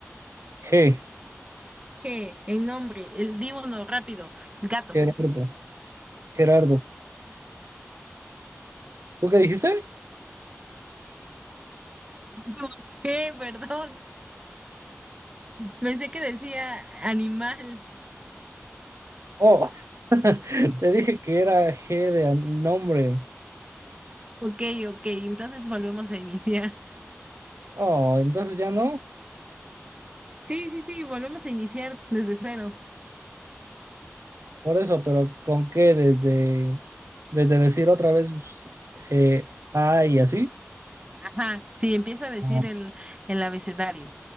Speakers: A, on the right; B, on the right.
A: G.
B: G, en nombre, el di uno, rápido, gato.
A: Gerardo, Gerardo. ¿Tú qué dijiste?
B: <laughs> G, perdón, pensé que decía animal.
A: Oh, <laughs> te dije que era G de an- nombre.
B: Ok, ok, entonces volvemos a iniciar.
A: Oh, entonces ya no.
B: Sí, sí, sí, volvemos a iniciar desde cero.
A: Por eso, pero ¿con qué? Desde, desde decir otra vez s- eh, A y así.
B: Ajá, sí, empieza a decir
A: Ah,
B: el, el abecedario.